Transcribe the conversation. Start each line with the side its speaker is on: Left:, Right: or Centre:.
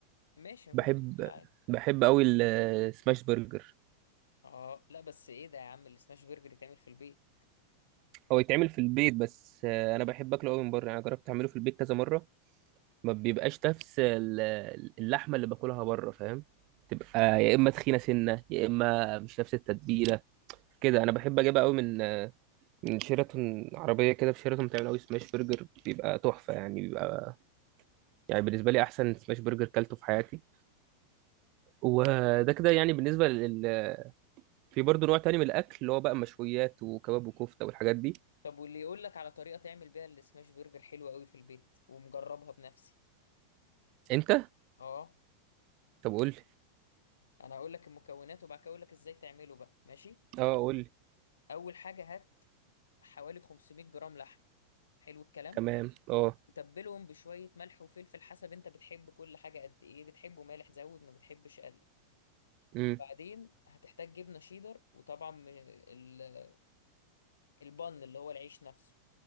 Left: ماشي مفيش
Right: بحب
Left: مشكلة عادي
Right: بحب قوي السماش برجر
Left: اه لا بس ايه ده يا عم السماش برجر يتعمل في البيت
Right: هو يتعمل في البيت بس آه، انا بحب اكله قوي من بره انا جربت اعمله في البيت كذا مره ما بيبقاش نفس ال- اللحمه اللي باكلها بره فاهم تبقى يا اما تخينه سنه يا اما مش نفس التتبيله كده انا بحب اجيبها قوي من آه، من شيراتون عربيه كده في شيراتون بتعمل قوي سماش برجر بيبقى تحفه يعني بيبقى يعني بالنسبه لي احسن سماش برجر كلته في حياتي وده كده يعني بالنسبة لل... في برضه نوع تاني من الأكل اللي هو بقى مشويات وكباب وكفتة والحاجات دي
Left: طب واللي يقول لك على طريقة تعمل بيها السماش برجر حلوة قوي في البيت ومجربها بنفسي
Right: أنت؟
Left: اه
Right: طب قول لي
Left: انا هقول لك المكونات وبعد كده اقول لك ازاي تعمله بقى ماشي
Right: أه قول لي
Left: اول حاجة هات حوالي 500 جرام لحم حلو الكلام
Right: تمام أه
Left: تبلهم بشوية ملح وفلفل حسب انت بتحب كل حاجة قد ايه بتحبه مالح زود ما بتحبش قلل
Right: أمم
Left: بعدين هتحتاج جبنة شيدر وطبعا م- ال- البن اللي هو العيش نفسه